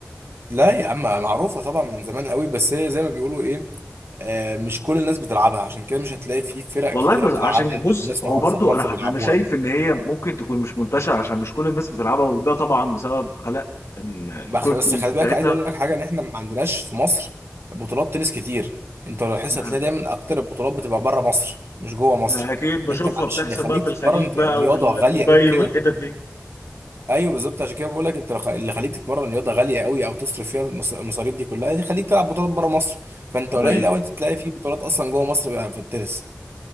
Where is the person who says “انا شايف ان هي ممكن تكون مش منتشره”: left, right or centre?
Left